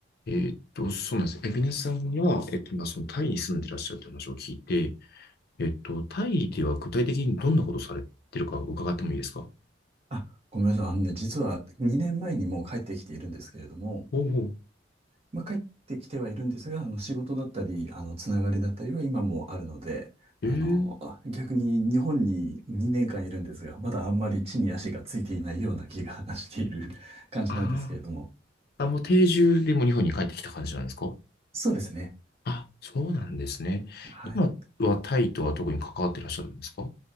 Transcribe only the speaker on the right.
あ、ごめんなさい。あのね、実は2年前にもう帰ってきているんですけれども、
まあ、帰ってきてはいるんですが、あの仕事だったり、あのつながりだったりは今もあるので、
あの、逆に日本に2年間いるんですが、まだあんまり地に足がついていないような気が <laughs> している <laughs> 感じなんですけれども。
そうですね。
はい。